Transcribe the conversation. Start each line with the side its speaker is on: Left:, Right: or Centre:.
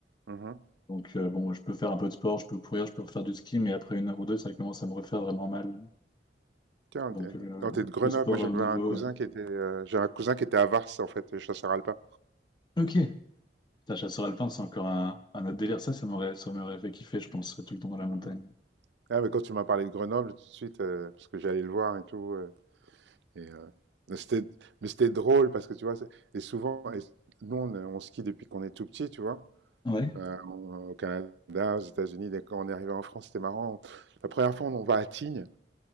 Right: Mhm.
Left: Donc euh, bon, je peux faire un peu de sport, je peux courir, je peux refaire du ski, mais après une heure ou deux, ça commence à me refaire vraiment mal.
Right: Tiens,
Left: Donc
Right: t'es
Left: le,
Right: oh, t'es de Grenoble.
Left: le sport
Right: Moi, j'avais
Left: à haut niveau.
Right: un cousin
Left: euh,
Right: qui était, euh, j'ai un cousin qui était à Vars, en fait, chasseur alpin.
Left: Ok, ta chasseur alpin, c'est encore un, un autre délire. Ça, ça m'aurait, ça m'aurait fait kiffer, je pense, tout le temps dans la montagne.
Right: Mhm. Ah, mais quand tu m'as parlé de Grenoble, tout de suite, euh, parce que j'allais le voir et tout. euh, et euh, mais c'était, mais c'était drôle parce que tu vois, c'est- et souvent, et nous, on, on skie depuis qu'on est tout petit, tu vois.
Left: Ouais,
Right: Euh, on- au Canada, aux États-Unis, dès qu'on est arrivé en France, c'était marrant. La première fois, on, on va à Tignes,